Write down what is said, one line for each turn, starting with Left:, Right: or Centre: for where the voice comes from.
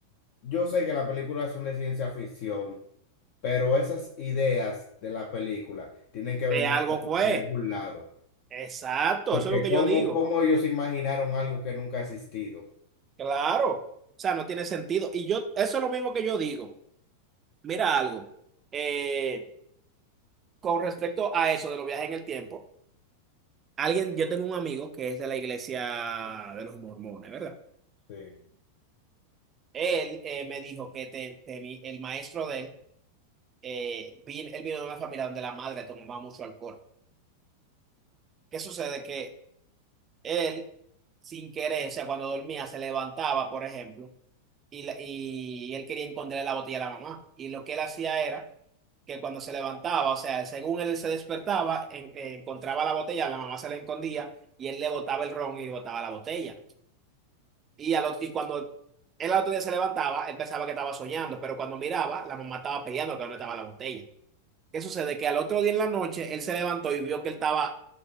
Left: yo sé que las películas son de ciencia ficción, pero esas ideas de la película tienen que venir
Right: De algo
Left: de,
Right: fue.
Left: de algún lado,
Right: Exacto,
Left: porque
Right: eso es lo que
Left: cómo,
Right: yo digo.
Left: cómo ellos imaginaron algo que nunca ha existido.
Right: Claro. O sea, no tiene sentido. Y yo, eso es lo mismo que yo digo. Mira algo. eh, con respecto a eso de los viajes en el tiempo, alguien, yo tengo un amigo que es de la iglesia de los mormones, ¿verdad?
Left: Sí.
Right: Él eh, me dijo que te- teni- el maestro de él eh, vi- él vino de una familia donde la madre tomaba mucho alcohol. ¿Qué sucede? Que él, sin querer, o sea, cuando dormía, se levantaba, por ejemplo, y, la- y él quería esconderle la botella a la mamá. Y lo que él hacía era que cuando se levantaba, o sea, según él se despertaba, en- eh, encontraba la botella, la mamá se la escondía y él le botaba el ron y le botaba la botella. Y, al otro- y cuando él al otro día se levantaba, él pensaba que estaba soñando, pero cuando miraba, la mamá estaba peleando que no estaba la botella. ¿Qué sucede? Que al otro día en la noche él se levantó y vio que él estaba